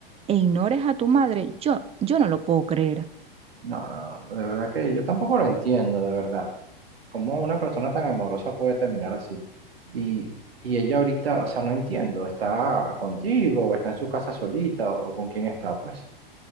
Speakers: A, on the right; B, on the right.
A: e ignores a tu madre. Yo, yo no lo puedo creer.
B: No, no, no, de verdad que yo tampoco lo entiendo, de verdad. ¿Cómo una persona tan amorosa puede terminar así? Y, y ella ahorita, o sea, no entiendo, ¿está contigo o está en su casa solita o con quién está, pues?